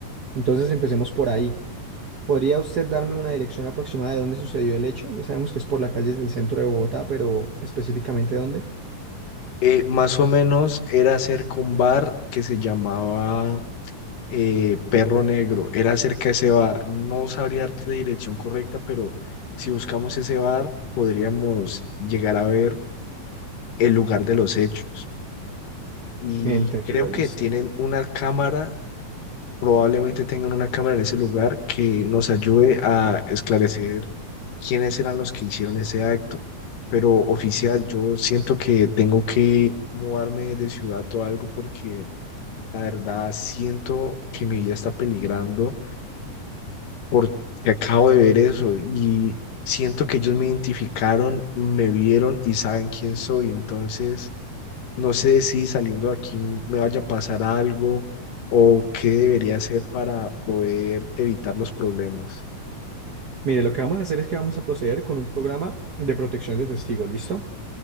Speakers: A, on the right; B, on the left.
A: Entonces empecemos por ahí. ¿Podría usted darme una dirección aproximada de dónde sucedió el hecho? Ya sabemos que es por las calles del centro de Bogotá, pero específicamente dónde.
B: Eh, más o menos era cerca un bar que se llamaba eh, Perro Negro, era cerca de ese bar. No sabría darte la dirección correcta, pero si buscamos ese bar, podríamos llegar a ver el lugar de los hechos. Y
A: Entendido,
B: creo que
A: listo.
B: tienen una cámara, probablemente tengan una cámara en ese lugar que nos ayude a esclarecer quiénes eran los que hicieron ese acto. Pero oficial, yo siento que tengo que mudarme de ciudad o algo porque la verdad siento que mi vida está peligrando porque acabo de ver eso y siento que ellos me identificaron, me vieron y saben quién soy. Entonces, no sé si saliendo de aquí me vaya a pasar algo o qué debería hacer para poder evitar los problemas.
A: Mire, lo que vamos a hacer es que vamos a proceder con un programa de protección de testigos, ¿listo?